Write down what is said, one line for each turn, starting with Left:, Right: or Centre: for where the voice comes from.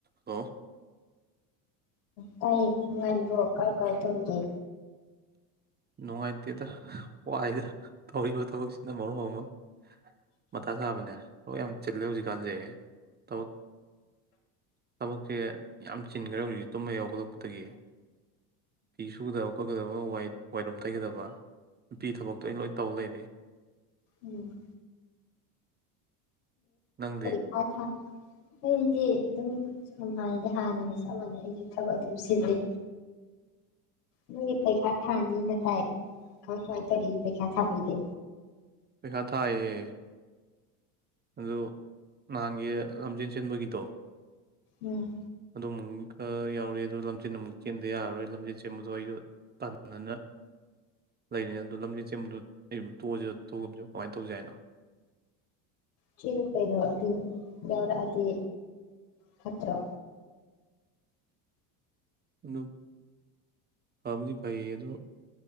Right: ꯍꯂꯣ
Left: ꯇꯥꯏꯌꯦ ꯅꯨꯉꯥꯏꯔꯤꯕꯣ ꯀꯥꯃꯏ ꯀꯥꯃꯏ ꯇꯧꯔꯤꯒꯦ
Right: ꯅꯨꯡꯉꯥꯏꯇꯦꯗ ꯋꯥꯏꯗ ꯇꯧꯔꯤꯕ ꯊꯕꯛꯁꯤꯅ ꯃꯔꯣꯜ ꯑꯃ ꯃꯊꯥ ꯁꯥꯕꯅꯦ ꯑꯣ ꯌꯥꯝ ꯆꯤꯜꯂꯦ ꯍꯧꯖꯤꯛꯀꯥꯟꯁꯦ ꯇꯧ ꯊꯕꯛꯁꯦ ꯌꯥꯝ ꯆꯤꯟꯈ꯭ꯔꯦ ꯍꯧꯖꯤꯛꯤ ꯇꯨꯝꯕ ꯍꯦꯛ ꯍꯧꯒꯠꯂꯛꯄꯗꯒꯤ ꯄꯤꯁꯨꯗ ꯑꯩꯈꯣꯏ ꯑꯩꯈꯣꯢ ꯍꯥꯏꯕꯨ ꯋꯥꯏꯠ ꯔꯝ ꯇꯩꯒꯗꯕ ꯅꯨꯄꯤ ꯊꯕꯛꯇꯣ ꯑꯩꯅꯥ ꯂꯣꯏ ꯇꯧ ꯂꯩꯔꯦ
Left: ꯎꯝ
Right: ꯅꯪꯗꯤ
Left: ꯎꯔꯤꯀ ꯊ <unintelligible> ꯑꯩꯗꯤ ꯑꯗꯨꯝ ꯁꯨꯃꯥꯏꯅ ꯍꯥꯟꯅꯅ ꯆꯞ ꯃꯥꯟꯅꯅ ꯊꯕꯛ ꯑꯗꯨꯝ ꯁꯤꯜꯂꯤ ꯅꯣꯏꯒꯤ ꯄꯩꯈꯥ ꯊꯥꯔꯥꯅꯤ ꯍꯥꯏꯅ ꯇꯥꯏ ꯀꯃꯥꯏ ꯀꯃꯥꯏꯅ ꯇꯧꯔꯤꯒꯦ ꯄꯩꯈꯥ ꯊꯥꯕꯩꯗꯤ
Right: ꯄꯩꯈꯥ ꯊꯥꯏꯌꯦ ꯑꯗꯨꯣ ꯅꯥꯍꯟꯒꯤ ꯂꯝꯖꯦꯟ ꯆꯦꯟꯕꯒꯤꯗꯣ
Left: ꯎꯝ
Right: ꯑꯗꯨꯃꯨꯛꯀ ꯌꯥꯎꯔꯤ ꯑꯗꯣ ꯂꯝꯖꯦꯟ ꯑꯃꯨꯛ ꯆꯦꯟꯗ ꯌꯥꯔꯔꯣꯏ ꯂꯝꯖꯦꯟ ꯆꯦꯟꯕꯗꯣ ꯑꯩꯗꯣ ꯇꯥꯟꯅꯅ ꯂꯩꯔꯤ ꯑꯗꯨꯗꯣ ꯂꯝꯖꯦꯟ ꯆꯦꯟꯕꯗꯣ ꯑꯩꯕꯨ ꯇꯣꯛꯑꯁꯤ ꯇꯣꯛꯕꯁꯨ ꯀꯃꯥꯏꯅ ꯇꯧꯖꯦ ꯍꯥꯏꯅꯣ
Left: ꯆꯦꯂꯨ ꯀꯩꯅꯣ ꯑꯗꯨ ꯌꯥꯎꯔꯛ ꯑꯗꯤ ꯐꯠꯇꯔꯣ
Right: ꯑꯗꯨ ꯐꯕꯨꯗꯤ ꯐꯩꯌꯦ ꯑꯗ